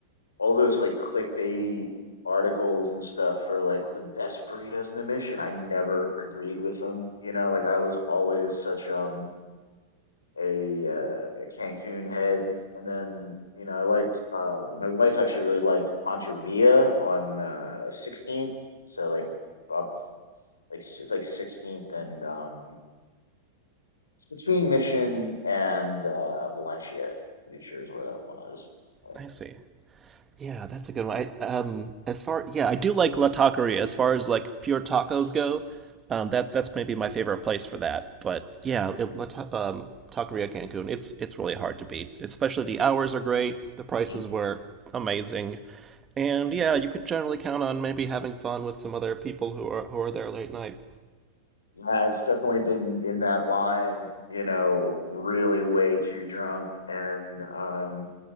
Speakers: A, on the left; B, on the right.
A: all those like clickbaity articles and stuff for like the best burritos in the mission. I never agreed with them. You know, like I was always such um a, uh, a Cancun head, and then you know I liked uh, my wife actually really liked Pancho Villa on uh, 16th. So like up like s- it's like 16th and um it's between Mission and uh, Valencia. I'm pretty sure is where that one is. But
B: I see. Yeah, that's a good one. I, um, as far yeah, I do like La Taqueria. As far as like pure tacos
A: yes.
B: go, um, that that's maybe my favorite place for that. But yeah, it, La Ta- um, Taqueria Cancun, it's it's really hard to beat. Especially the hours are great, the prices
A: Yes.
B: were amazing, and yeah, you can generally count on maybe having fun with some other people who are who are there late night.
A: Yeah, I've definitely been in that line, you know, really way too drunk and um